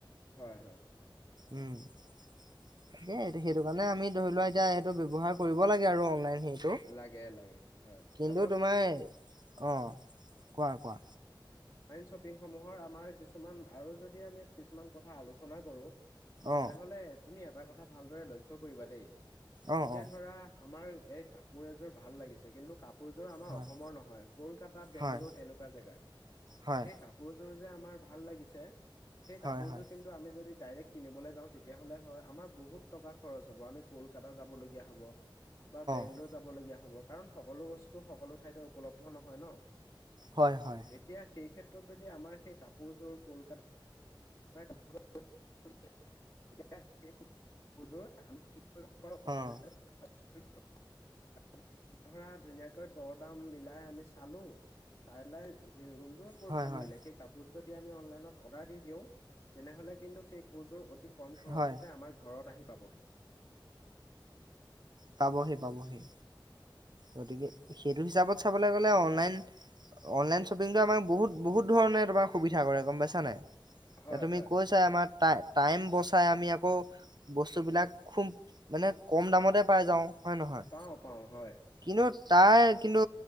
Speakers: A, on the left; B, on the right.
A: হয় হয়
B: উম তাকেই সেইটো কাৰণে আমি ধৰি লোৱা এতিয়া এইটো ব্যৱহাৰ কৰিব লাগে আৰু অনলাইন সেইটো
A: লাগে লাগে হয়
B: কিন্তু
A: হয়
B: তোমাৰ অ কোৱা কোৱা
A: শ্বপিংসমূহৰ আমাৰ কিছুমান আৰু যদি আমি কিছুমান কথা আলোচনা কৰোঁ
B: অ
A: তেনেহলে তুমি এটা কথা ভালদৰে লক্ষ্্য কৰিবা দেই
B: অ
A: এতিয়া
B: অ
A: ধৰা আমাৰ এই কাপোৰ এযোৰ ভাল লাগিছে কিন্তু কাপোৰযোৰ আমাৰ
B: হয়
A: অসমৰ নহয় কলকাতা বেংগলোৰ
B: হয়
A: তেনেকুৱা জেগা
B: হয়
A: সেই কাপোৰযোৰ <unintelligible> ভাল লাগিছে, সেই কাপোৰযোৰ
B: হয় হয়
A: কিন্তু আমি যদি ডাইৰেক্ট কিনিবলৈ যাওঁ তেতিয়া হ'লে হয় আমাৰ বহুত টকা খৰচ হ'ব আমি কলকাতা যাবলগীয়া হ'ব বা বেংগলোৰ
B: অ
A: যাব লগগীয়া হ'ব, কাৰণ সকলো বস্তু সকলো ঠাইতে উপলব্ধ নহয় ন
B: হয় হয়।
A: এতিয়া সেই <unintelligible> যদি আমাৰ সেই কাপোৰযোৰ কলকাতা <unintelligible>
B: অ'।
A: <inaudible> <inaudible> ধৰা ধুনীয়াকৈ দৰ দাম মিলাই আমি চালো, <unintelligible> <unintelligible>
B: হয় হয়
A: সেই কাপোৰোৰ যদি আমি অনলাইনত অৰ্ডাৰ দি দিওঁ তেনেহলে কিন্তু সেই <unintelligible> কম খৰচতে
B: হয়
A: আমাৰ ঘৰত আহি পাবহি।
B: পাবহি', পাবহি'। গতিকে সেইটো হিচাপত চাবলৈ গ'লে অনলাইন, অনলাইন শ্বপিংটো আমাৰ বহুত বহুত ধৰণে তোমাৰ সুবিধা কৰে গম পাইছাানাই। এতিয়া
A: হয়
B: তুমি
A: হয়
B: কৈছাই আমাৰ টাই টাইম বচাই আমি আকৌ বস্তুবিলাক খুব মানে কম দামতে পাই যাওঁ হয়নে নহয়?
A: পাওঁ পাওঁ হয়
B: কিন্তু তাইৰ কিন্তু